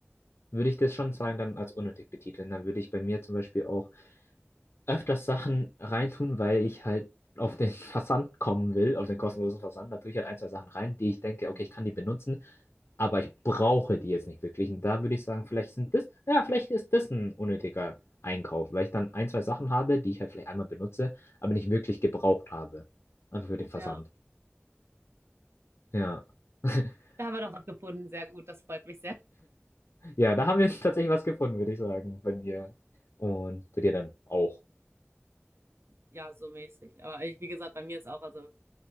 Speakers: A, on the left; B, on the right.
A: würde ich das schon sagen, dann als unnötig betiteln. Dann würde ich bei mir zum Beispiel auch öfters Sachen reintun, weil ich halt auf den <laughs> Versand kommen will, auf den kostenlosen Versand. Da tue ich halt ein, zwei Sachen rein, die ich denke, okay,
B: Mhm.
A: ich kann die benutzen. aber ich brauche die jetzt nicht wirklich. Und da würde ich sagen, vielleicht sind das, ja, vielleicht ist das ein unnötiger Einkauf, weil ich dann ein, zwei Sachen habe, die ich halt vielleicht einmal benutze, aber nicht wirklich gebraucht habe. Einfach für den Versand.
B: Ja,
A: Ja. <laughs>
B: da haben wir doch was gefunden. Sehr gut, das freut mich sehr.
A: Ja, da haben wir <laughs> tatsächlich was gefunden, würde ich sagen, bei mir. Und bei dir dann auch.
B: Ja, so mäßig. Aber ich, wie gesagt, bei mir ist auch, also